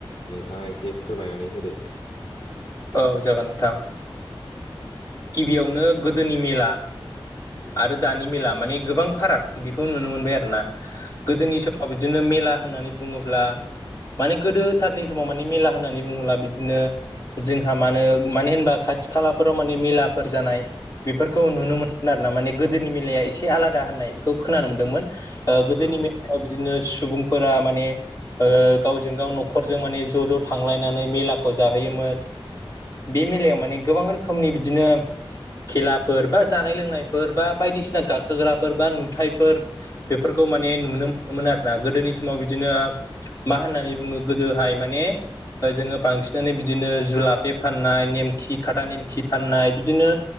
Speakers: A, on the left; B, on the left.
A: नोंथाङा एसे फोरमायनानै होदो।
B: औ जागोन नोंथां। गिबियावनो गोदोनि मेला।
A: उम
B: आरो दानि मेला माने गोबां फाराग बेखौ नुनो मोनबाय आरो ना गोदोनि
A: औ
B: समाव बिदिनो मेला होननानै बुङोब्ला माने गोदोथारनि समाव माने मेला होननानै बुङोब्ला बिदिनो जोंहा मानो मानो होनबा खाथि खालाफोराव माने मेलाफोर जानाय बेफोरखौ नुनो
A: औ
B: मोनोन आरो ना माने गोदोनि मिलाया एसे आलादा होननाय बेखौ खोनानो मोनदोंमोन। ओ गोदोनि
A: औ
B: मेलाव बिदिनो सुबुंफोरा माने गावजों गाव न'खरजों माने ज' ज' थांलायनानै मेलाखौ जाहोयोमोन।
A: उम
B: बे मेलायाव माने गोबां रोखोमनि बिदिनो खेलाफोर बा जा जानाय लोंनायफोर बा बायदिसिना गाखोग्राफोर बा नुथायफोर बेफोरखौ माने नुनो मो मोन आरोना गोदोनि समाव बिदिनो मा होननानै बुङो गोदोहाय माने जोङो बांसिनानो बिदिनो जुलाफे फाननाय नेमखि खाथा नेमखि फाननाय बिदिनो